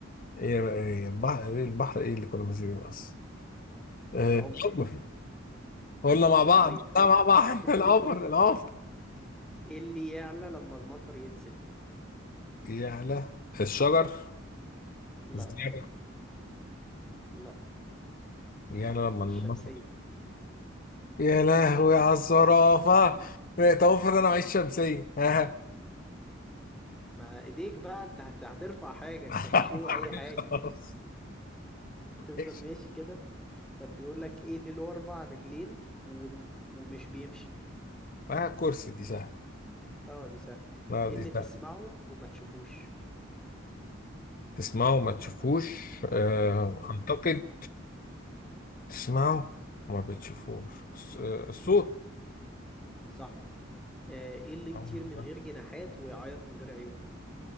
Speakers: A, on the left; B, in the centre.
A: ايه بقى- إيه البحر ايه البحر ايه اللي كل ما يزيد ينقص آه،
B: العمر
A: الحب قلنا مع بعض
B: طيب
A: لا
B: ايه
A: مع بعض
B: <laughs>
A: <laughs> العمر العمر
B: ايه اللي يعلى لما المطر ينزل
A: يا له الشجر
B: لا
A: الزرع
B: لا
A: يا له لما
B: الشمسية
A: المطر يا لهوي على الزرافة طب افرض انا معيش شمسية ها
B: ما ايديك بقى انت هت- هترفع حاجة كبيشو
A: <laughs>
B: اي حاجة
A: خلاص.
B: تفضل
A: إيش؟
B: ماشي كده طب بيقول لك ايه اللي له اربع رجلين وم... ومش بيمشي
A: آه كرسي دي سهلة
B: اه دي سهلة
A: لا
B: ايه
A: دي
B: اللي
A: سهلة
B: تسمعه وما تشوفوش
A: تسمعوا ما تشوفوش آه
B: اه
A: اعتقد تسمعوا ما بتشوفوش الص- آه،
B: ما
A: الصوت
B: تشوفوش صح آه، ايه اللي يطير
A: أول
B: من
A: ده.
B: غير جناحات ويعيط من غير عيون